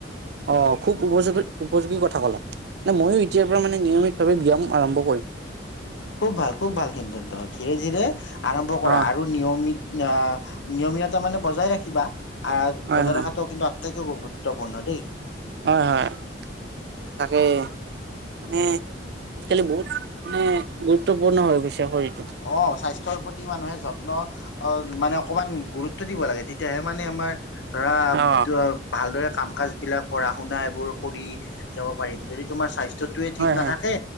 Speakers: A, on the right (about 60°); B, on the left (about 80°).
A: অ' খুব উপযোগী উপযোগী কথা ক'লা। ন
B: উম,
A: মইয়ো, এতিয়াৰ পৰা মানে নিয়মিত ব্যায়াম আৰম্ভ কৰিম।
B: খুব ভাল, খুব ভাল, কিন্ত ধীৰে ধীৰে আৰম্ভ কৰা।
A: অ
B: আৰু নিয়মিত আহ, নিয়মীয়তা মানে বজাই ৰাখিবা। আ
A: হয়
B: বজাৰ
A: হয় হয়
B: ৰখাটোও কিন্তু আটাইকৈ গৰ্বত। গুৰুাপূৰ্ণ দেই।
A: হয় হয় তাকে মানে আজিকালি বহুত মানে গুৰুত্বপূৰ্ণ হৈ গৈছে শৰীৰ।
B: অ স্বাস্থ্যৰ। প্ৰতি মানুহে যত্ন অ মানে অকমান গুৰুত্ব দিব লাগে তেতিয়াহে মানে আমাৰ। ধৰা
A: অ
B: ভালদৰে। কাম কাজ বিলাক পঢ়া শুনা এইবোৰ কৰি যাব পাৰিম যদি তোমাৰ স্বাস্থ। স্বাস্থয়ে ঠিক
A: হয়
B: নাথাকে
A: হয়